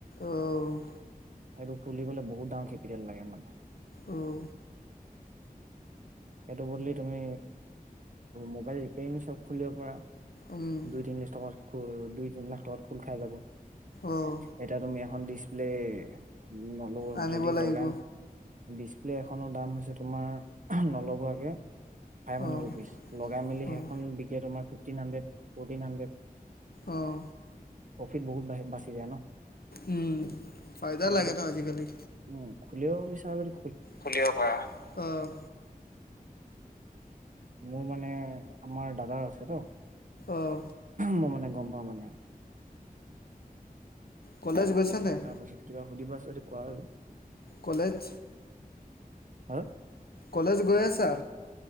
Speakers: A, on the left; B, on the right.
A: অঁ
B: সেইটো খুলিবলৈ বহুত ডাঙৰ কেপিটেল লাগে মানে
A: আহঁ
B: সেইটো বদলি তুমি মবাইল ৰিপয়াৰং চব খুলিব পাৰা
A: উম
B: দুই তিনি লিছমাৰ দুই তিনি লাখ টকাত খোল খাই যাব
A: অঁ
B: এতিয়া তুমি খন ডিচপ্লে উম হলেও
A: আনিব
B: যদি
A: লাগিব
B: লগাইাম ডিচপ্লে এখনৰ দাম হৈছে তোমাৰ লগোৱাকে ফাইভ হান্দ্ৰেদ
A: অঁ
B: ৰুপিচ লগাই মলি হেখন
A: অঁ
B: বিকে তোমাৰ ফিফটিন হাণ্ড্ৰেড ফৰ্টিন হাণ্ড্ৰেড
A: অঁ
B: প্ৰফিট বহুত বাচি যায় ন
A: উম ফাইদা লাগে
B: যদি
A: ন আজিকালি
B: উম খুলিব বিচৰা যদি
A: খুলিব পাৰা অঁ
B: মোৰ মানে আমাৰ দাদাৰ আছে তো
A: অঁ
B: মই মানে গম সমনিয়া
A: কলেজ গৈছা নাই
B: তাৰ পাছত কিবা সুধিবা যদি কৰো
A: কলেজ
B: হাঁ
A: কলেজ গৈ আছা